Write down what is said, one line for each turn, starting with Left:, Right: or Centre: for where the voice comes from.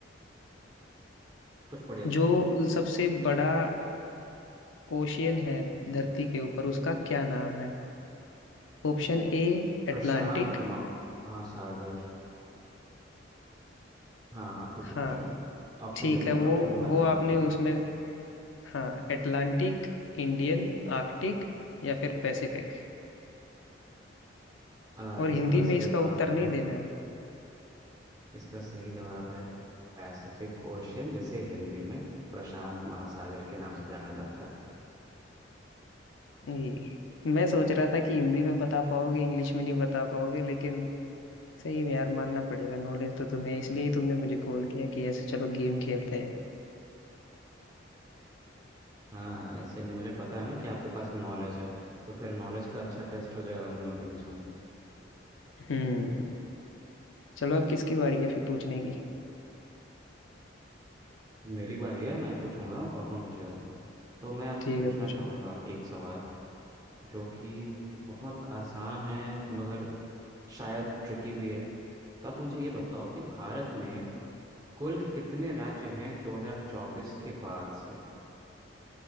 Right: कुछ बढ़िया पूछो
Left: जो सबसे बड़ा ओशियन है धरती के ऊपर उसका क्या नाम है Option A
Right: प्रशांत
Left: Atlantic
Right: महासागर हाँ आप पूछो
Left: हाँ
Right: पूछो ऑप्शन
Left: ठीक
Right: दे दो
Left: है वो
Right: मैं ऑप्शन के बाद
Left: वो
Right: बता
Left: आपने
Right: दूंगा
Left: उसमें हाँ अटलांटिक इंडियन आर्कटिक या फिर पैसिफिक
Right: आ,
Left: और हिंदी
Right: इसका
Left: में
Right: सही
Left: इसका
Right: जवाब
Left: उत्तर नहीं
Right: है
Left: देना
Right: इसका सही जवाब है पैसिफिक ओशियन जिसे हिंदी में प्रशांत महासागर के नाम से जाना जाता है
Left: है ये मैं सोच रहा था कि हिंदी में बता पाओगे इंग्लिश में नहीं बता पाओगे लेकिन सही में यार मानना पड़ेगा नॉलेज तो तुम्हें है, इसलिए ही तुमने मुझे कॉल किया कि ऐसे चलो गेम खेलते हैं
Right: हाँ हाँ इसीलिए मुझे पता है ना कि आपके पास भी नॉलेज है तो फिर नॉलेज का अच्छा टेस्ट हो जाएगा हम दोनों के बीच में
Left: हम्म चलो अब किसकी बारी है फिर पूछने की
Right: मेरी बारी है मैं पूछूंगा और कौन पूछेगा तो मैं आपसे
Left: ठीक
Right: पूछना
Left: है पूछो
Right: चाहूंगा एक सवाल जो कि बहुत आसान है मगर शायद ट्रिकी भी है तो आप मुझे ये बताओ कि भारत में कुल कितने राज्य हैं 2024 के बाद से